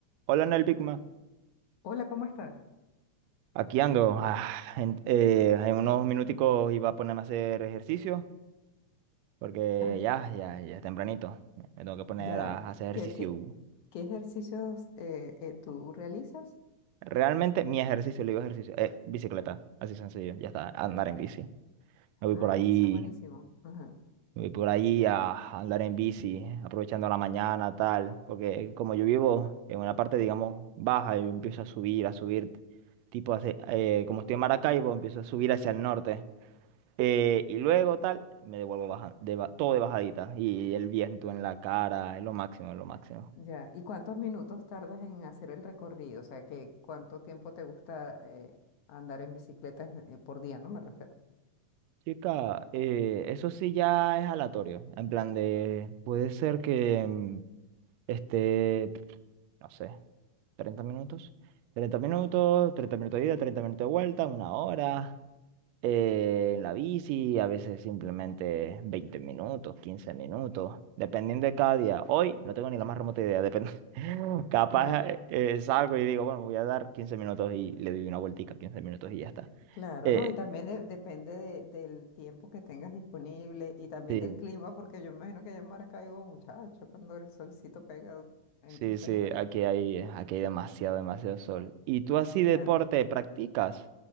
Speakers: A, on the right; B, on the left.
A: Hola, Noel Bigma.
B: Hola, ¿cómo estás?
A: Aquí ando. ah, en, eh, en unos minuticos iba a ponerme a hacer ejercicio porque
B: Ay,
A: ya, ya, ya es tempranito. Me tengo que poner
B: ya.
A: a hacer ejercicio.
B: ¿Qué, qué, qué ejercicios eh, eh, tú realizas?
A: Realmente mi ejercicio, le digo ejercicio, es bicicleta. Así sencillo, ya está, andar en bici. Me voy
B: Ay,
A: por ahí,
B: eso es buenísimo. Ajá,
A: me voy por ahí a andar en bici, aprovechando la mañana, tal. Porque como yo vivo en una parte, digamos, baja, yo empiezo a subir, a subir. Tipo, hace- eh, como estoy en Maracaibo, empiezo a subir hacia el norte. Eh, y luego tal, me devuelvo baja, de ba- todo de bajadita. Y el viento en la cara, es lo máximo, es lo máximo.
B: ya. ¿Y cuántos minutos tardas en hacer el recorrido? O sea, ¿qué cuánto tiempo te gusta eh, andar en bicicleta eh, por día, ¿no? Me refiero.
A: Chica, eh, eso sí ya es aleatorio. En plan de, puede ser que mm, esté, no sé, 30 minutos. treinta minutos, 30 minutos de ida, 30 minutos de vuelta, una hora. eh, en la bici, a veces simplemente 20 minutos, 15 minutos, dependiendo de cada día. Hoy no tengo ni la más remota idea, depende. <laughs> Capaz
B: Claro,
A: eh, eh, salgo y digo, bueno, voy a dar quince minutos y le doy una vueltica, 15 minutos y ya está.
B: claro.
A: Eh,
B: No, y también de- depende de- del tiempo que tengas disponible y también
A: sí,
B: del clima, porque yo imagino que allá en Maracaibo, muchacho, cuando el solcito pega, entonces,
A: sí, sí,
B: bueno,
A: aquí hay, eh, aquí hay demasiado, demasiado sol. ¿Y tú así
B: claro.
A: deporte practicas?